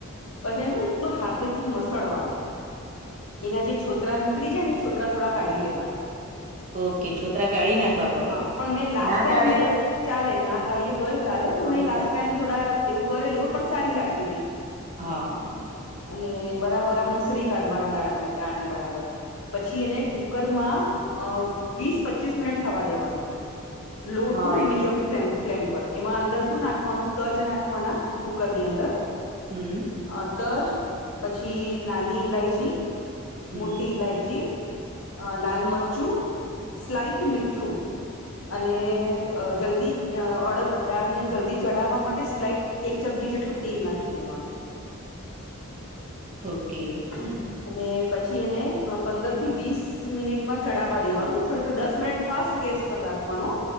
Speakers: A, on the left; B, on the right.
A: પછી છે પ હા થી મસડવાનું, એના જે છોતરા નીકળી જાય ને એ છોતરા થોડા કાઢી લેવાના.
B: ઓકે છોતરા કાઢી નાખવા પડે,
A: હા પણ મેં લાસ્ટ
B: ના
A: ટાઈમ
B: કાઢે
A: મેં
B: તો?
A: ચાલે ના કાઢીએ તોય ચાલે પણ
B: તો
A: મેં
B: બી
A: લાસ્ટ
B: ચાલે
A: ટાઈમ થોડા એવું કરેલું પણ સારી લાગતી હતી.
B: હા હ.
A: અને બરાબર આમ મસડી કાઢવાના દાળને દાળને બરાબર. પછી એને કુકરમાં અ વીસ પચીસ મિનિટ થવા દેવાનું, લો
B: હા
A: ટુ
B: એને
A: મીડિયમ ફ્લેમ. ફ્લેમ પર એમાં અંદર શું નાખવાનું તજ નાખવાના કુકરની અંદર.
B: હમ.
A: અ તજ પછી નાની ઇલાયચી
B: હમ
A: મોટી ઇલાયચી, અ લાલ મરચું, સ્લાઈટ મીઠું. અને અ જલ્દી અ અડદ દાળને જલ્દી ચઢાવવા માટે સ્લાઈટ એક ચમચી જેટલું તેલ નાખી દેવાનું.
B: ઓકે
A: <inaudible> અને પછી એને પંદર થી વીસ મિનિટમાં ચઢાવવા દેવાનું થોડુ પેલા દસ મિનિટ ફાસ્ટ ગેસ ઉપર રાખવાનો.